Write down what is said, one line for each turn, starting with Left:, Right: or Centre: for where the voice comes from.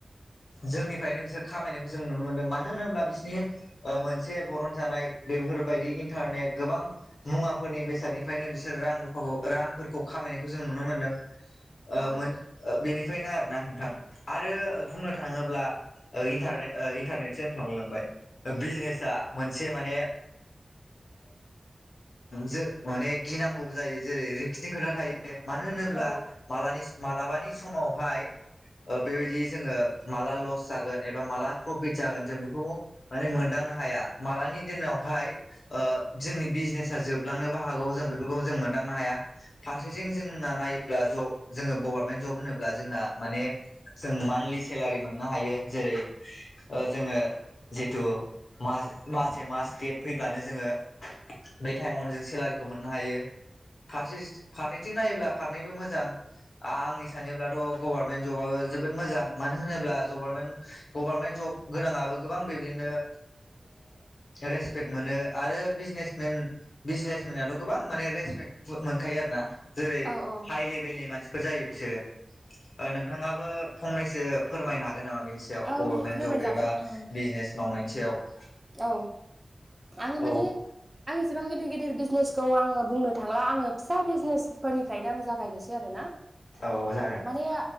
Left: जोंनिफ्रायनो बिसोर खामायनायखौ जों नुनो मोनदों। मानो होनोब्ला बिसनि मोनसे बरन जानाय बेफोरबायदि इन्टारनेट गोबां। मुवाफोरनि बेसादनिफ्रायनो बिसोर रां रुफाखौ रांफोरखौ खामायनायखौ जों नुनो मोन्दों।
Right: औ
Left: मोन बेनिफ्रायनो आरोोना नोंथां आरो बुंनो थाङोब्ला। इन्टारने इन्टारनेटसो होन्लांललांबाय बिजनेसा मोनसे माने। ज माने गिनांगौबो जायो जेरै रि। बि खोथा थायो मानो होनोब्ला
Right: औ
Left: मालानि। मालाबानि समावहाय बेबायदि जोङो माला लस जागोन एबा माला प्रफिट। ज जों बेखौ माने मोनदांनो हाया मालानि दिनावहाय जोंनि बिजनेसा जोबलांनोबो हागौ जों बेफोरखौ जों मोनदांनो हाया। फारसेथिं जोंना नायोब्ला जब जोङो गभारनमेन्ट जब होनोब्ला जोंहा माने जों मान्थलि सेलारि मोननो हायो जेरै जोङो जिथु म मासे मास देट फैब्लानो जोङो बे टाइमावनो जों सेलारिखौ मोननो हायो फारसे फार नायोब्ला फारनैबो मोजां। आंनि सानोब्लाथ' गभारनमेन्ट जबाबो जोबोद मोजां मानो होनोब्ला गभारनमेन्ट गभारनमेन्ट जब गोनाङआबो गोबां बिदिनो रेसपेक्ट मोनो आरो बिजनेसमेन बिजनेसमनाथ' गोबां माने रेसपेक्ट मोनखायो आरो ना जेरै
Right: औ
Left: हाइ लेभेलनि मानसिफोर जायो बिसोरो नोंथाङाबो फंनैसो फोरमायनो हागोन नामा बेनि सायाव
Right: औ
Left: गभर्नमेन्ट
Right: फोरमायजागोन
Left: जब एबा
Right: उम
Left: बिजनेस मावनायनि सायाव
Right: औ आङो माने
Left: औ
Right: आं एसेबां गिदिर गिदिर बिजनेसखौ आङो बुंनो थांला आङो फिसा बिजनेसफोरनिफ्रायनो आं जागायनोसै ज आरो ना।
Left: औ जागोन
Right: माने